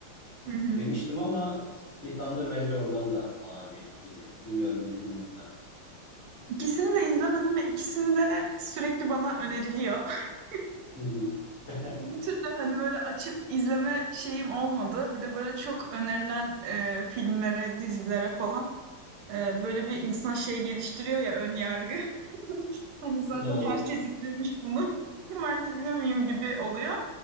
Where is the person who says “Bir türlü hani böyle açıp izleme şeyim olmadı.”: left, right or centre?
Right